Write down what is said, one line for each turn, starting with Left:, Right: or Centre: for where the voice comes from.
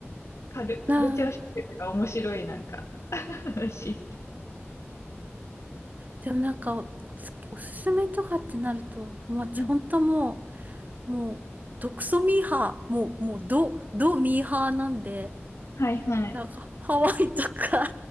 Left: カル、
Right: なん
Left: カルチャーショックとか面白いなんか話。
Right: でもなんかお、すおすすめとかってなると、もう私本当も
Left: うん
Right: う、もう、毒ソミーハー、もう、もう、ド、ドミーハーなんで、
Left: はいはい。
Right: なんか、ハワイとか、